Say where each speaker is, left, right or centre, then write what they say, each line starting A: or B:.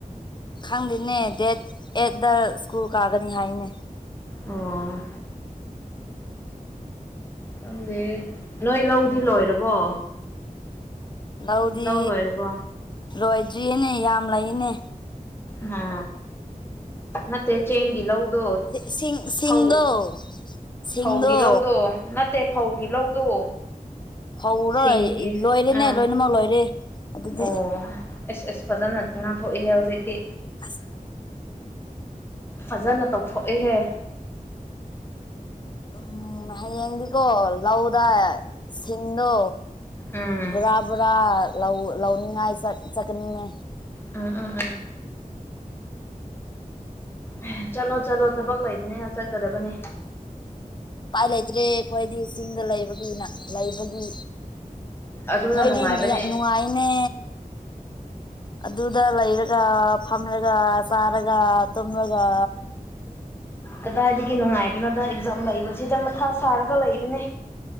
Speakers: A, on the left; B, on the left.
A: ꯈꯪꯗꯦꯅꯦ ꯗꯦꯠ ꯑꯦꯠ ꯗ ꯁ꯭ꯀꯨꯜ ꯀꯥꯒꯅꯤ ꯍꯥꯏꯅꯦ
B: ꯑꯣ ꯈꯪꯗꯦ ꯅꯣꯏ ꯂꯧꯗꯤ ꯂꯣꯏꯔꯕꯣ
A: ꯂꯧꯗꯤ
B: ꯂꯧ ꯂꯣꯏꯔꯕꯣ
A: ꯂꯣꯏꯗ꯭ꯔꯤꯌꯦꯅꯦ ꯌꯥꯝ ꯂꯩꯅꯦ
B: ꯍꯥ ꯅꯠꯇꯦ ꯆꯦꯡꯒꯤ ꯂꯧꯗꯣ
A: ꯁꯤꯡ ꯁꯤꯡ ꯁꯤꯡꯗꯣ
B: ꯐꯧ
A: ꯁꯤꯡꯗꯣ
B: ꯐꯧꯒꯤ ꯂꯧꯗꯣ ꯅꯠꯇꯦ ꯐꯧꯒꯤ ꯂꯧꯗꯣ
A: ꯐꯧꯔꯣ
B: ꯁꯤꯡꯒꯤ
A: ꯂꯣꯏꯔꯦꯅꯦ
B: ꯑꯥ
A: ꯂꯣꯏꯅꯃꯛ ꯂꯣꯏꯔꯦ ꯑꯗꯨꯗꯤ
B: ꯑꯣ ꯑꯦꯁ ꯑꯁ ꯐꯖꯅ ꯉꯥꯝꯊꯣꯛꯏꯍꯦ ꯍꯧꯖꯤꯛꯇꯤ
A: ꯑꯁ
B: ꯐꯖꯅ ꯇꯧꯊꯣꯛꯏꯍꯦ
A: ꯎꯝ ꯍꯌꯦꯡꯗꯤꯀꯣ ꯂꯧꯗ ꯁꯤꯡꯗꯣ
B: ꯎꯝ
A: ꯕꯣꯔꯥ ꯕꯣꯔꯥ ꯂꯧ ꯂꯧꯅꯤꯡꯉꯥꯏ ꯆꯠ ꯆꯠꯀꯅꯤꯅꯦ
B: ꯎꯝ ꯎꯝ ꯎꯝ ꯑꯦ ꯆꯠꯂꯣ ꯆꯠꯂꯣ ꯊꯕꯛ ꯂꯩꯕꯅꯤꯅ ꯆꯠꯀꯗꯕꯅꯤ
A: ꯎꯄꯥꯏ ꯂꯩꯇ꯭ꯔꯦ ꯑꯩꯈꯣꯏꯗꯤ ꯆꯤꯡꯗ ꯂꯩꯕꯒꯤꯅ ꯂꯩꯕꯒꯤ
B: ꯑꯗꯨꯅ
A: ꯅꯣꯏꯗꯤ
B: ꯅꯨꯡꯉꯥꯏꯕꯅꯦ
A: ꯅꯨꯡꯉꯥꯏꯅꯦ ꯑꯗꯨꯗ ꯂꯩꯔꯒ ꯐꯝꯂꯒ ꯆꯥꯔꯒ ꯇꯨꯝꯂꯒ
B: ꯀꯗꯥꯏꯗꯒꯤ ꯅꯨꯡꯉꯥꯏꯕꯅꯣꯗ ꯑꯦꯛꯖꯥꯝ ꯂꯩꯕꯁꯤꯗ ꯃꯊꯥ ꯁꯥꯔꯒ ꯂꯩꯕꯅꯦ